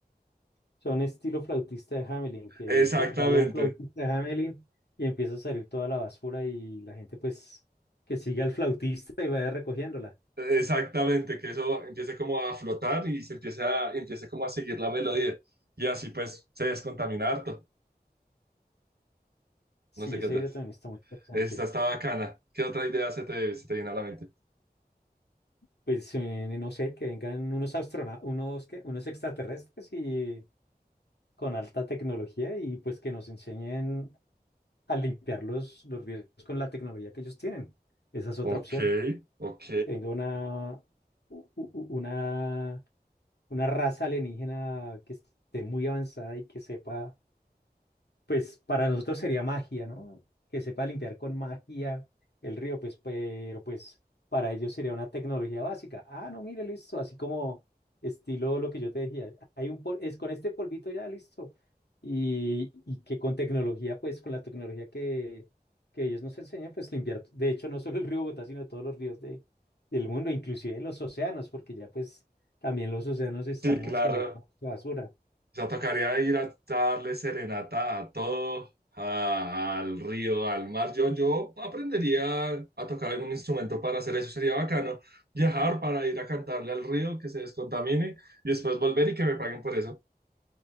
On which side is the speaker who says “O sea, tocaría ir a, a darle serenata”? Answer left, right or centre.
Right